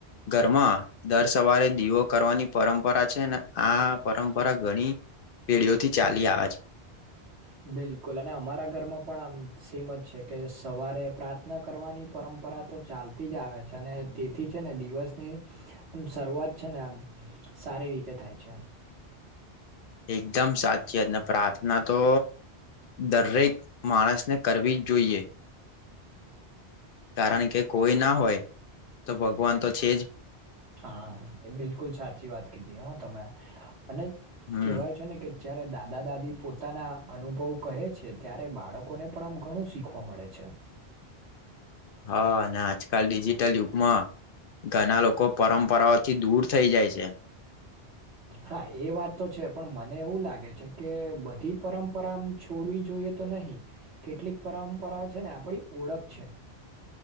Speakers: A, on the left; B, on the right.
A: ઘરમાં દર સવારે દીવો કરવાની પરંપરા છે ને, આ પરંપરા ઘણી પેઢીઓ થી ચાલી આવે છે
B: બિલકુલ અને અમારા ઘરમાં પણ આમ સેમ જ છે કે સવારે પ્રાત પ્રાર્થના કરવાની પરંપરા તો ચાલતી જ આવે છે, અને તેથી છે ને દિવસની આમ શરૂઆત છે ને આમ સારી રીતે થાય છે.
A: એકદમ સાચી જ ને પ્રાર્થના તો દરેક માણસને કરવી જ જોઈએ કારણ કે કોઈ ના હોય તો ભગવાન તો છે જ.
B: હા એ બિલકુલ સાચી વાત કીધી હો તમે અને
A: હમ
B: કેહેવાય છે ને કે જ્યારે દાદા દાદી પોતાના અનુભવ કહે છે, ત્યારે બાળકોને પણ આમ ઘણું શીખવા મળે છે.
A: હા અને આજકાલ ડિજિટલ યુગમાં ઘણા લોકો. પરંપરાઓથી દૂર થઈ જાય છે.
B: હા એ વાત તો છે પણ મને એવું લાગે છે કે બધી પરંપરા છોડવી જોઈએ. તો નહી કેટલીક પરંપરા છે ને આપડી ઓળખ છે.